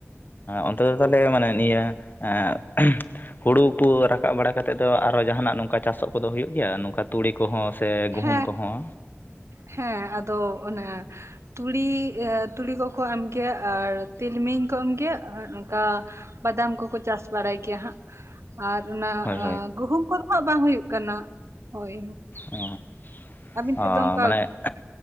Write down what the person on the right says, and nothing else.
ᱦᱮᱸ
ᱦᱮᱸ ᱟᱫᱚ ᱚᱱᱟ ᱛᱩᱲᱤ ᱮ ᱛᱩᱲᱤ ᱠᱚᱠᱚ ᱮᱢᱜᱮᱭᱟ ᱟᱨ ᱛᱤᱞᱢᱤᱧ ᱠᱚ ᱮᱢᱜᱮᱭᱟ ᱟᱨ ᱠᱟ ᱵᱟᱫᱟᱢ ᱠᱚᱠᱚ ᱪᱟᱥ ᱵᱟᱲᱟᱭ ᱜᱮᱭᱟ ᱦᱟᱸᱜ ᱟᱨ ᱚᱱᱟ
ᱜᱩᱦᱩᱢ ᱠᱚᱫᱚ <unintelligible> ᱵᱟᱝ ᱦᱩᱭᱩᱜ ᱠᱟᱱᱟ ᱦᱳᱭ᱾
ᱟᱹᱵᱤᱱ
ᱥᱮᱫ ᱫᱚ ᱚᱱᱠᱟ